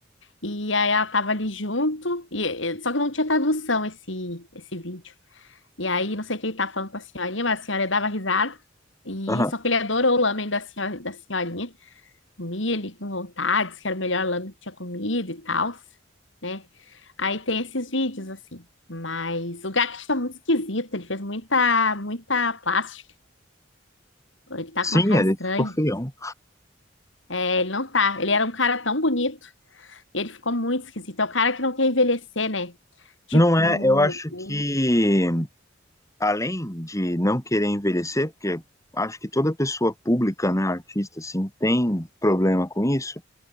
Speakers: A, on the left (about 75°); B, on the left (about 15°).
A: e aí ela estava ali junto, e- só que não tinha tradução esse, esse vídeo. E aí, não sei quem tá falando pra senhorinha, mas a senhora dava risada. E
B: Aham.
A: só que ele adorou o lamen da senhora, da senhorinha. Comia ele com vontade, disse que era o melhor lamen que tinha comido e tal, né? Aí tem esses vídeos assim. Mas o Gackt tá muito esquisito, ele fez muita, muita plástica. Ele tá
B: Sim,
A: com uma cara
B: ele
A: estranha.
B: ficou feião.
A: É, ele não tá. Ele era um cara tão bonito, ele ficou muito esquisito. É o cara que não quer envelhecer, né? Tipo,
B: Não é, eu acho
A: o...
B: que além de não querer envelhecer, porque acho que toda pessoa pública, né, artista assim, tem problema com isso,